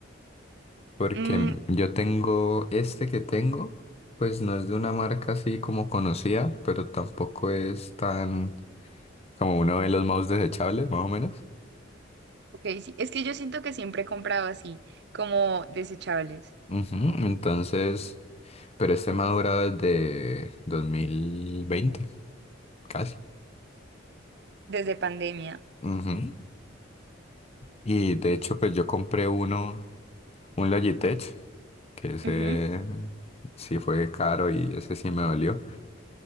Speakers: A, on the left (about 35°); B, on the right (about 60°).
A: Porque
B: Mm,
A: m- yo tengo este que tengo, pues no es de una marca así como conocida, pero tampoco es tan como uno de los mouse desechables, más o menos.
B: Ok, sí. Es que yo siento que siempre he comprado así, como desechables,
A: Ujú, Entonces, pero este me ha durado desde 2020, casi.
B: desde pandemia.
A: Ujú. Y de hecho, pues yo compré uno, un Logitech, que ese
B: Ujú.
A: sí fue caro y ese sí me dolió.